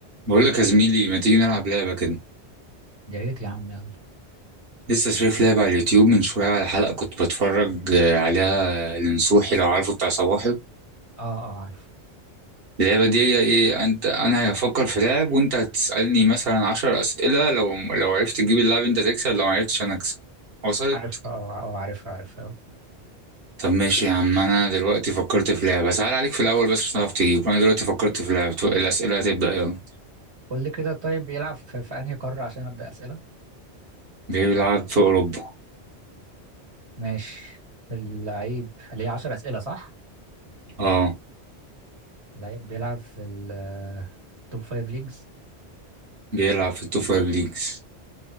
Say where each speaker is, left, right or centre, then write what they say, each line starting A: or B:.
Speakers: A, on the right; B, on the right.
A: بقول لك يا زميلي ما تيجي نلعب لعبة كده
B: يا ريت يا عم يلا
A: لسه شايف لعبة على اليوتيوب من شوية على حلقة كنت بتفرج آه، عليها لنصوحي لو عارفه بتاع صباحي
B: اه اه عارف
A: اللعبة دي هي ايه انت انا هفكر في لعب وانت هتسألني مثلا عشر أسئلة لو لو عرفت تجيب اللعب انت تكسب لو معرفتش انا اكسب وصلت
B: عارفها اه اه عارفها عارفها يلا
A: طب ماشي يا عم انا دلوقتي فكرت في لعبة سهل عليك في الاول بس مش هتعرف تجيب انا دلوقتي فكرت في لعبة الأسئلة هتبدأ يلا
B: قول لي كده طيب بيلعب في, في انهي قارة عشان ابدأ أسئلة
A: بيلعب في اوروبا
B: ماشي اللعيب اللي هي 10 أسئلة صح
A: اه
B: اللعيب بيلعب في التوب 5 ليجز
A: بيلعب في التوب فايف ليجز